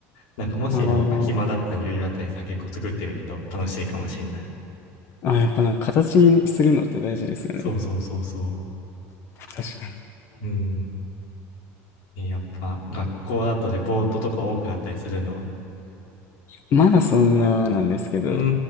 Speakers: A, on the left; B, on the left.
A: なんかもしなんか暇だったり余裕あったりさ、
B: あー
A: 結構作ってみると楽しいかもしんない。
B: あ、やっぱなんか形にするのって大事ですよね。
A: そうそうそうそ
B: 確かに。
A: う。うん。えやっぱ学校だとレポートとか多くなったりするの
B: まだそんななんですけど、
A: うー